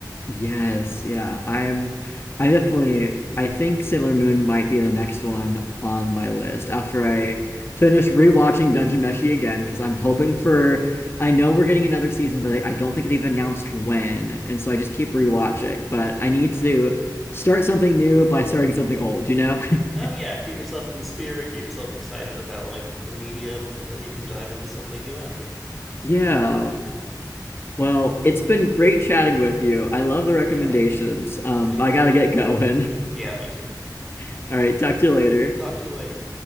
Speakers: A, on the left; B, in the centre.
A: Yes, yeah. I'm I definitely I think Sailor Moon might be the next one on my list after I finish rewatching Dungeon Meshi again because I'm hoping
B: <laughs>
A: for I know we're getting another season, but I, I don't think they've announced when, and so I just keep rewatching. But I need to start something new by starting something old, you know? <laughs>
B: Oh yeah, get yourself in the spirit, get yourself excited about like the medium, and then you can dive into something new after.
A: Yeah. Well, it's been great chatting with you. I love the recommendations.
B: Yeah,
A: Um,
B: same
A: but
B: here.
A: I gotta get going.
B: Yeah, me too.
A: <laughs> All right, talk to you later.
B: Talk to you later.